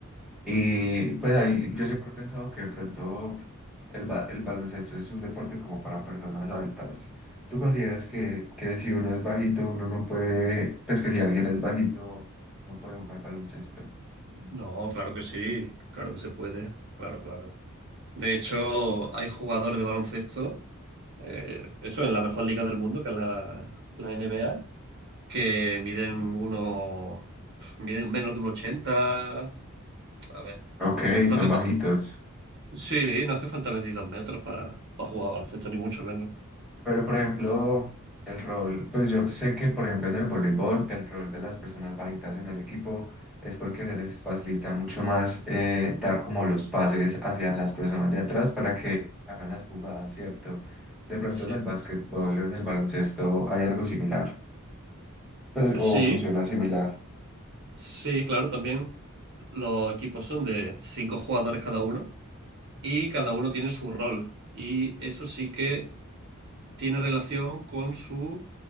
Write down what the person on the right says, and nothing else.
No, claro que sí, claro que se puede, claro, claro. De hecho, hay jugadores de baloncesto, eh, eso en la mejor liga del mundo, que es la, la NBA, que miden uno, miden menos de un ochenta A ver,
no
hace
fa- sí, no hace falta medir dos metros para, para jugar baloncesto, ni mucho menos.
Sí.
Sí,
sí, claro, también los equipos son de cinco jugadores cada uno y cada uno tiene su rol. Y eso sí que tiene relación con su,